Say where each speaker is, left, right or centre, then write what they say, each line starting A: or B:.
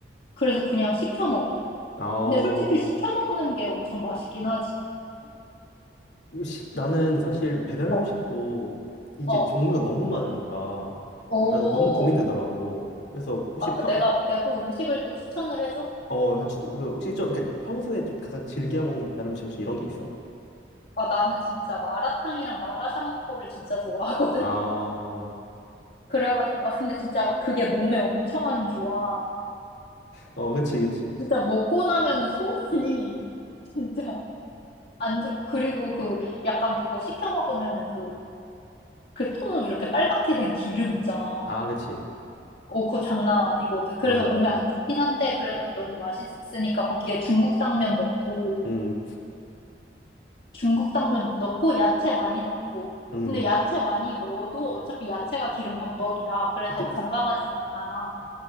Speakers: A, on the left; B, on the left.
A: 그래서 그냥 시켜 먹어.
B: 아,
A: 근데 솔직히 시켜 먹는 게 엄청 맛있긴 하지.
B: 음식- 나는 사실 배달
A: 어,
B: 음식도 이게
A: 어.
B: 종류가 너무 많으니까
A: 오.
B: 나는 너무 고민되더라고. 그래서 혹시
A: 아,
B: 평,
A: 내가, 내가 또 음식을 또 추천을 해줘?
B: 어, 혹시 그 혹시 좀, 이렇게 평소에 좀 가장 즐겨 먹는 배달 음식 혹시 이런 게 있어?
A: 아, 나는 진짜 마라탕이랑 마라샹궈를 진짜 좋아하거든?
B: 아, 어,
A: 그래가지고, 아, 근데 진짜 그게 몸에 엄청 안 좋아.
B: 어, 그치, 그치.
A: 진짜 먹고 나면은 속이 <laughs> 진짜 안 좋, 그리고 그 약간 그거 시켜 먹으면은 그, 그 통 이렇게 빨갛게 된 기름 있잖아.
B: 아, 그치.
A: 어, 그거 장난 아니거든. 그래서
B: 맞아.
A: 몸에 안 좋긴 한데, 그래도 너무 맛있으니까 거기에 중국 당면 넣고,
B: 음,
A: 중국 당면 넣고, 야채 많이 넣고.
B: 음.
A: 근데 야채 많이 넣어도 어차피 야채가 기름 범벅이야. 그래서
B: 그,
A: 건강하진 않아.